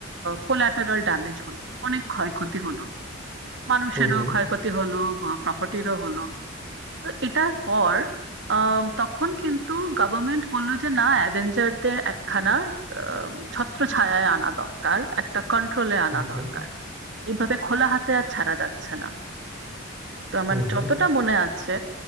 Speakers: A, on the right; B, on the right.
A: কোলাটারাল ড্যামেজ হলো অনেক ক্ষয়ক্ষতি হলো মানুষেরও
B: হুম
A: ক্ষয়ক্ষতি হলো প্রপার্টিরও হলো তো এটার পর আম, তখন কিন্তু গভর্নমেন্ট বললো যে না অ্যাভেঞ্জারদের একখানা আম, ছত্রছায়ায় আনা দরকার একটা কন্ট্রোলে আনা
B: হুম হুম হুম
A: দরকার এইভাবে খোলা হাতে আর ছাড়া যাচ্ছে না তো আমার
B: হুম
A: যতটা
B: হুম
A: মনে আছে